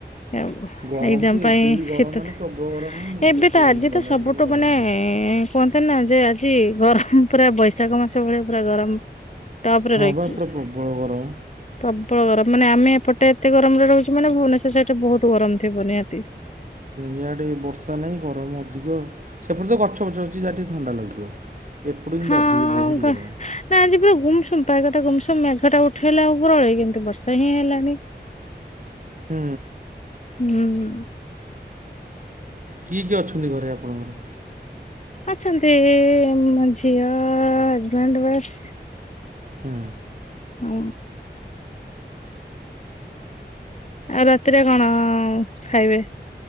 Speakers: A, on the left; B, on the right.
A: ଆଉ
B: ଗରମ
A: ଏଗ୍ଜାମ
B: ତ
A: ପାଇଁ
B: ଏବେ ବି ଗରମ
A: ଶୀତ
B: ମାନେ
A: ତ,
B: ପ୍ରବଳ ଗରମ ହେଉନି କି
A: ଏବେ
B: ତଥାପି
A: ତ ଆଜି
B: ଗଲାଣି
A: ତ ସବୁଠୁ
B: ବି ଗରମ
A: ମାନେ
B: ହେଉଛି
A: କୁହନ୍ତି ନା ଯେ ଆଜି, ଗରମ ପୁରା ବୈଶାଖ ମାସ ଭଳିଆ ପୁରା ଗରମ। ଟପ ରେ
B: ହଁ
A: ରହିଛି
B: ବା ପୁରା ପ୍ରବଳ ଗରମ।
A: ପ୍ରବଳ ଗରମ। ମାନେ ଆମେ ଏପଟେ ଏତେ ଗରମରେ ରହୁଛୁ ମାନେ ଭୁବନେଶ୍ୱର ସାଇଟରେ ବହୁତ ଗରମ ଥିବ ନିହାତି।
B: ଇଆଡେ ବି ବର୍ଷା ନାହିଁ ଗରମ ଅଧିକ। ସେପଟେ ତ ଗଛ ପଛ ଅଛି ଯାହା ଟିକେ ଥଣ୍ଡା ଲାଗୁଥିବ। ଏପଟେ କିନ୍ତୁ
A: ହଁ
B: ଅଧିକ ବହୁତ
A: ଗ
B: ଗରମ।
A: ନା ଆଜି ପୁରା ଗୁମସୁମ, ପାଗଟା ଗୁମସୁମ ମେଘଟା ଉଠେଇଲା ଉପରଓଳି କିନ୍ତୁ ବର୍ଷା ହିଁ ହେଲାନି।
B: ହୁଁ।
A: ହୁଁ।
B: କିଏ କିଏ ଅଛନ୍ତି ଘରେ ଆପଣଙ୍କର?
A: ଅଛନ୍ତି, ଏ-ଏ-ଏଇ ମୋ ଝିଅ, ହଜବେଣ୍ଡ ବାସ।
B: ହଁ।
A: ହୁଁ। ଆଉ ରାତିରେ କଣ ଅ-ଅ ଖାଇବେ?